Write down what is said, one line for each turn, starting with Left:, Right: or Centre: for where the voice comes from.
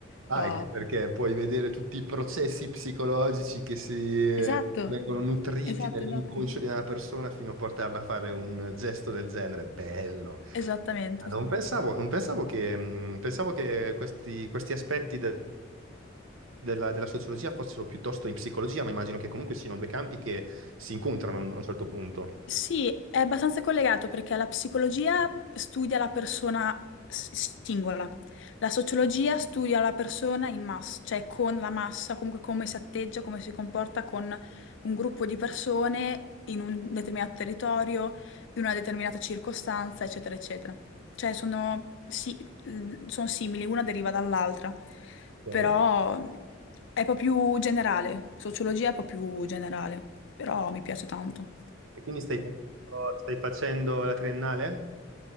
Right: Ah,
Left: però...
Right: anche perché puoi vedere tutti i processi psicologici che si eh,
Left: Esatto,
Right: vengono nutriti
Left: esatto,
Right: nell'inconscio
Left: esatto.
Right: di una persona fino a portarla a fare un gesto del genere. Bello.
Left: Esattamente.
Right: Ah, Non pensavo, non pensavo che, mh, pensavo che questi, questi aspetti de- della, della sociologia fossero piuttosto in psicologia, ma immagino che comunque siano due campi che si incontrano a un a un certo punto.
Left: Sì, è abbastanza collegato perché la psicologia studia la persona s- singola, la sociologia studia la persona in massa, cioè con la massa, comunque come si atteggia, come si comporta con un gruppo di persone in un determinato territorio, in una determinata circostanza, eccetera, eccetera. Cioè sono, si- l- sono simili, una deriva dall'altra,
Right: Ok.
Left: però è un po' più generale, sociologia è un po' più generale, però mi piace tanto.
Right: E quindi stai facendo, stai facendo la triennale?